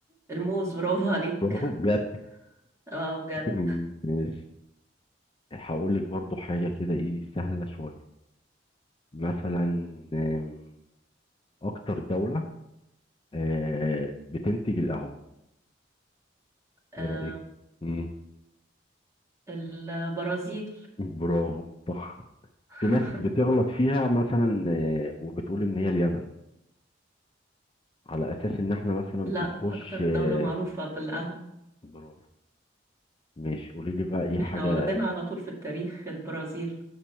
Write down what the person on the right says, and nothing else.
الموز برافو عليك
<laughs> اه بجد
أم،
البرازيل
<laughs>
لا
اكتر
دولة معروفة بالقهوة
احنا واخدينها على طول في التاريخ البرازيل